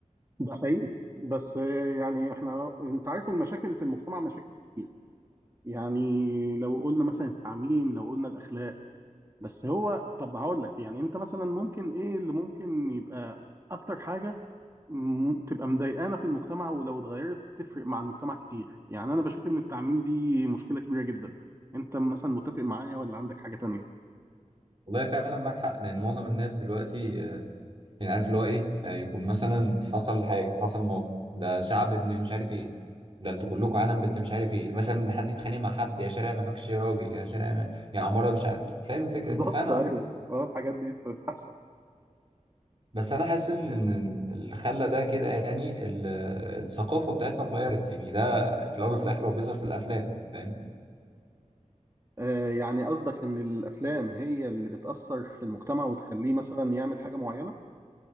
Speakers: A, on the right; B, on the right.
A: ده حقيقي بس آه، يعني احنا انت عارف المشاكل في المجتمع مشاكل كتير يعني لو قلنا مثلا التعميم لو قلنا الاخلاق بس هو طب هقول لك يعني انت مثلا ممكن ايه اللي ممكن يبقى اكتر حاجه م- تبقى مضايقانا في المجتمع ولو اتغيرت تفرق مع المجتمع كتير يعني انا بشوف ان التعميم دي مشكله كبيره جدا انت مثلا متفق معايا ولا عندك حاجه تانية
B: والله فعلا معاك حق لان معظم الناس دلوقتي آه، يعني عارف اللي هو ايه آه، يكون مثلا حصل حاجه حصل موقف ده شعب ابن مش عارف ايه ده انتوا كلكم عالم بنت مش عارف ايه مثلا حد يتخانق مع حد يا شارع ما فيكش راجل يا شارع ما يا عماره مش عارف فاهم الفكره
A: بالظبط
B: انت فعلا
A: ايوه
B: عندك حق.
A: اه الحاجات دي بتحصل
B: بس انا حاسس ان إن اللي خلى ده كده يعني ال- الثقافه بتاعتنا اتغيرت يعني ده في الاول وفي الاخر هو بيظهر في الافلام فاهم
A: آه يعني قصدك ان الافلام هي اللي بتاثر في المجتمع وتخليه مثلا يعمل حاجه معينه